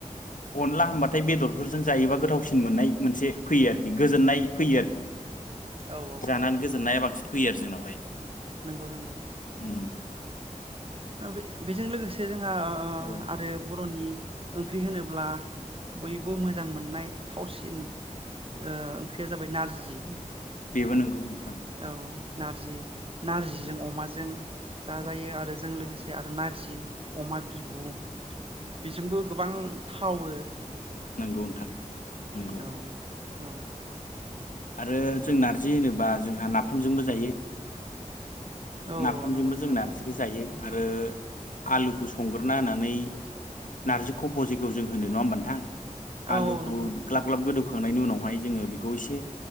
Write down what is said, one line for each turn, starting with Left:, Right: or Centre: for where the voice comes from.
Left: अनला होनबाथाय बेदरफोरजों जायोबा गोथावसिन मोननाय मोनसे फैयो आरोखि। गोजोननाय फैयो आरोखि
Right: औ
Left: जानानै गोजोननाया बांसिन। फैयो आरो जोंनावहाय।
Right: नोंगौ नोंगौ।
Left: उम
Right: ओम बे बेजों लोगोसे जों आ
Left: औ
Right: आरो बर'नि ओंख्रि होनोब्ला बयबो मोजां मोननाय थावसिन ओ ओंख्रिया जाबाय नारजि।
Left: बेबो
Right: ओ
Left: नोंगौ नोंथां।
Right: औ नारजि नारजिजों अमाजों जा जायो
Left: औ
Right: आरो जों लो गोसे आरो नारजि अमा बिबु बेजोंबो गोबां थावो।
Left: नोंगौ नोंथां नोंगौ।
Right: औ औ
Left: आरो जों नारजि होनोबा जोंहा नाफामजोंबो जायो।
Right: औ
Left: नाफामजोंबो
Right: नंगौ नोंथां
Left: जों नारजिखौ
Right: नंगौ
Left: जायो। आरो आलुखौ संग्रोना होनानै नारजि खब' जेखौ जों होनो नङा होमबा नोंथां?
Right: औ
Left: आलुखौ
Right: नंगौ
Left: ग्लाब ग्लाब गोदौ होखांनायनि उनावहाय जोङो बेखौ एसे